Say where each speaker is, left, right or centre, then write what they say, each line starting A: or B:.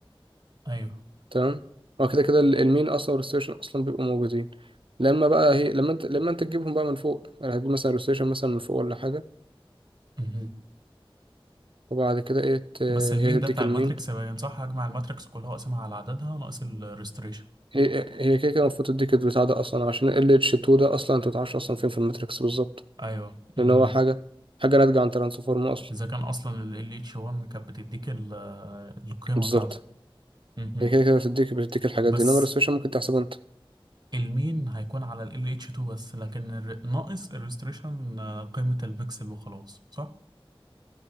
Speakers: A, on the right; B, on the right.
A: ايوه
B: تمام هو كده كده ال- المين اصلا والريستيشن اصلا بيبقوا موجودين لما بقى هي لما انت لما انت تجيبهم بقى من فوق يعني هتجيب مثلا الريستيشن مثلا من فوق ولا حاجه
A: مهم.
B: وبعد كده ايه ت-
A: بس المين
B: هي
A: ده
B: تديك
A: بتاع
B: المين
A: الماتريكس باين صح هجمع الماتريكس كلها واقسمها على عددها ناقص الريستريشن
B: هي هي كده كده المفروض تديك البتاع ده اصلا عشان ال اتش 2 ده اصلا انت متعرفش اصلا فين في الماتريكس بالظبط
A: ايوه امم
B: لان هو حاجه حاجه ناتجه عن ترانسفورم اصلا
A: اذا كان اصلا ال LH1 كانت بتديك ال- القيمه
B: بالظبط
A: بتاعته امم
B: هي كده كده بتديك بتديك الحاجات
A: بس
B: دي انما الريستيشن ممكن تحسبه انت
A: المين هيكون على ال LH2 بس لكن الر- ناقص الريستريشن قيمه البكسل وخلاص صح